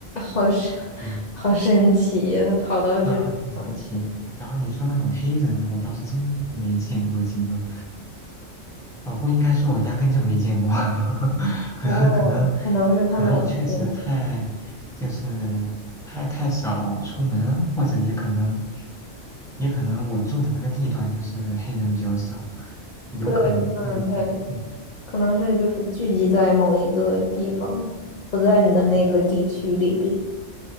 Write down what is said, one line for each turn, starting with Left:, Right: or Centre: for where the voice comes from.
Left: 好神，<laughs>
Centre: 对，
Left: 好神奇呀，他跑到这个地方去。
Centre: 嗯、挺神奇。然后你说那种黑人，我倒是真没见过几个。哦，不应该说，我压根就没见过。<laughs> 可能可能
Left: 哦，可能是他们，
Centre: 可能我确实太就是太太少出门，
Left: 对，
Centre: 或者也可能也可能我住的那个地段就是黑人比较少，有可能都有可能。
Left: 对，他们对，
Centre: 嗯
Left: 可能是就是聚集在某一个地方，不在你的那个地区里边。
Centre: 嗯。